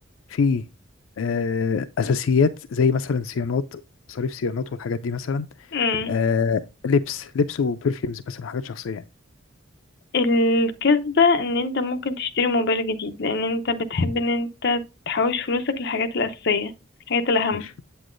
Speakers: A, on the left; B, on the left.
A: في آه اساسيات زي مثلا صيانات مصاريف صيانات والحاجات دي مثلا
B: مم.
A: آه لبس لبس وبرفيومز مثلا حاجات شخصية يعني.
B: الكذبه ان انت ممكن تشتري موبايل جديد لان انت بتحب ان انت تحوش فلوسك للحاجات الاساسيه الحاجات الاهم
A: ماشي